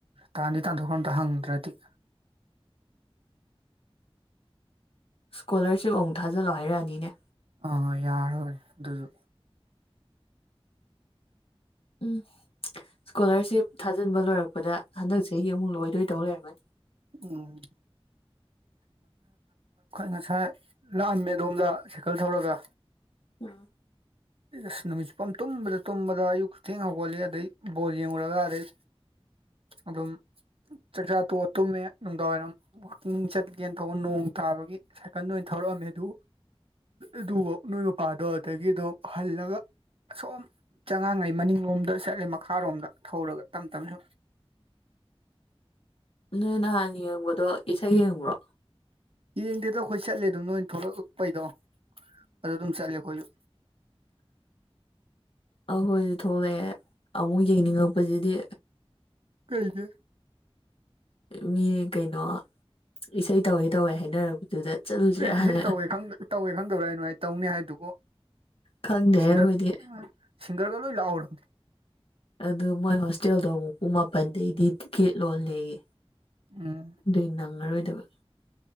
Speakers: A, on the right; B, on the left.
A: ꯇꯥꯗꯤ ꯇꯥꯟꯊꯣꯛꯈ꯭ꯔ ꯑꯝꯇ ꯍꯪꯗ꯭ꯔꯗꯤ
B: ꯁ꯭ꯀꯣꯂꯔꯁꯤꯞ ꯑꯃꯨꯛ ꯊꯥꯖꯤꯜꯂꯣ ꯍꯥꯏꯔꯛꯑꯅꯤꯅꯦ
A: ꯑꯥ ꯌꯥꯔꯣꯏ ꯑꯗꯨꯁꯨ
B: ꯎꯝ ꯏꯁꯀꯣꯂꯥꯔꯁꯤꯞ ꯊꯥꯖꯤꯟꯕ ꯂꯣꯏꯔꯛꯄꯗ ꯍꯟꯗꯛ ꯆꯍꯤꯒꯤ ꯑꯃꯨꯛ ꯂꯣꯏꯗꯣꯏ ꯇꯧ ꯂꯩꯔꯝꯃꯅꯤ
A: ꯎꯝ ꯉꯁꯥꯏ ꯂꯥꯛꯑꯝꯃꯦ ꯑꯗꯣꯝꯗ ꯁꯥꯏꯀꯜ ꯊꯧꯔꯒ
B: ꯎꯝ
A: ꯑꯁ ꯅꯨꯃꯤꯠ ꯆꯨꯞꯄꯝ ꯇꯨꯝꯕꯗ ꯇꯨꯝꯕꯗ ꯑꯌꯨꯛꯀꯤ ꯊꯦꯡ ꯍꯧꯒꯠꯂꯤ ꯑꯗꯒꯤꯩ ꯕꯣꯜꯡꯉꯨꯔꯒ ꯑꯗꯩ ꯑꯗꯨꯝ ꯆꯛꯆꯥꯥ ꯇꯣꯛꯑ ꯇꯨꯃꯦ ꯅꯨꯡꯗꯥꯡ ꯋꯥꯏꯔꯝ ꯋꯥꯛꯀꯤꯡ ꯆꯠꯀꯦꯅ ꯇꯧꯕ ꯅꯣꯡ ꯊꯥꯕꯒꯤ ꯁꯥꯏꯀꯜꯗ ꯑꯣꯏꯅ ꯊꯧꯔꯛꯑꯝꯃꯦ ꯑꯗꯨ ꯑꯗꯨ ꯅꯣꯏ ꯃꯄꯥꯗꯣ ꯑꯗꯨꯗꯒꯤꯗꯣ ꯍꯜꯂꯒ ꯑꯁꯣꯝ ꯆꯉꯥꯡꯅꯏ ꯃꯅꯤꯡꯂꯣꯝꯗ ꯆꯠꯂꯤ ꯃꯈꯥꯔꯣꯝꯗ ꯊꯧꯔꯒ ꯇꯞ ꯇꯞꯅ ꯁꯨꯝ
B: ꯅꯣꯏ ꯅꯍꯥꯟ ꯌꯦꯡꯕꯗꯣ ꯏꯁꯩ ꯌꯦꯡꯕ꯭ꯔꯣ
A: ꯌꯦꯡꯗꯦꯗ ꯑꯩꯈꯣꯏ ꯆꯠꯂꯦ ꯑꯗꯨꯝ ꯅꯣꯏꯅ ꯊꯣꯛꯂꯛꯂꯛꯄꯩꯗꯣ ꯑꯗꯨꯗ ꯑꯗꯨꯝ ꯆꯠꯂꯦ ꯑꯩꯈꯣꯏꯁꯨ
B: ꯑꯍꯣꯏꯁꯨ ꯊꯣꯛꯂꯛꯑꯦ ꯑꯃꯨꯛ ꯌꯦꯡꯅꯤꯡꯉꯛꯄꯁꯤꯗꯤ
A: ꯀꯩꯗꯦ
B: ꯃꯤ ꯀꯩꯅꯣ ꯏꯁꯩ ꯇꯧꯋꯦ ꯇꯧꯋꯦ ꯍꯥꯏꯅꯔꯛꯄꯗꯨꯗ ꯆꯠꯂꯨꯁꯦ ꯍꯥꯟꯅ
A: ꯏꯁꯩ ꯇꯧꯋꯦ ꯇꯧꯋꯦ ꯈꯪꯗꯕꯔ ꯑꯩ ꯑꯗꯨꯃꯥꯏꯅ ꯇꯧꯅꯤ ꯍꯥꯏꯗꯨꯕꯨ
B: ꯈꯪꯗꯦ
A: ꯁꯤꯔ
B: ꯑꯩꯈꯣꯏꯗꯤ
A: ꯁꯤꯁꯤꯡꯒꯔꯒ ꯂꯣꯏ ꯂꯥꯛꯍꯧꯔ
B: ꯑꯗꯨ ꯃꯣꯏ ꯍꯣꯁꯇꯦꯜꯗꯣ ꯑꯃꯨꯛ ꯄꯨꯡ ꯃꯥꯄꯟꯗꯩꯗꯤ ꯒꯦꯠ ꯂꯣꯜꯂꯦꯌꯦ
A: ꯑ
B: ꯑꯗꯨꯏ ꯅꯪꯉꯔꯣꯏꯗꯕ